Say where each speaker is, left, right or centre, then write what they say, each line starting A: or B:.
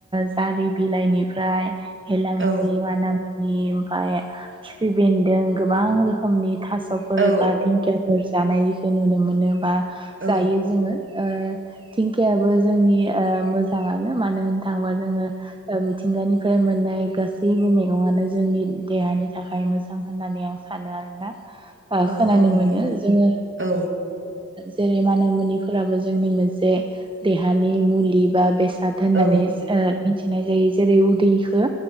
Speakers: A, on the right; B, on the right.
A: जारि बिलाइनिफ्राय हेलासि
B: औ
A: मानामनि ओमफय खिफि बेन्दों गोबां रोखोमनि थास'फोर
B: औ
A: बा दिंखियाफोर जानायखौ नुनो मोनो बा
B: औ
A: जायो जोङो। ओ दिंखिायाब जोंनि ओ मोजांङानो मानो होननो थाङोबा जोङो मिथिंगानिफ्राय मोननाय गासैबो मैगंयानो जोंनि देहानि थाखाय मोजां होननानै आं सानो आरोना। खोनानो
B: औ औ नंगौ
A: मोनो
B: नोंथां
A: जोङो
B: औ
A: जेरै मान मोनिफोराबो जोंनि मोनसे जे देहानि मुलि बा बेसाद होननानै
B: औ
A: ओ मिथिनाय जायो जेरै उदैखौ